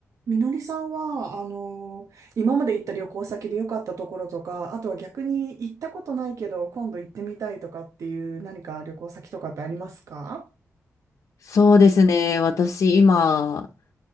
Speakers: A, on the right; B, on the left.
A: みのりさんは、あの、今まで行った旅行先で良かったところとか、あとは逆に行ったことないけど、今度行ってみたいとかっていう何か旅行先とかってありますか
B: そうですね。私今、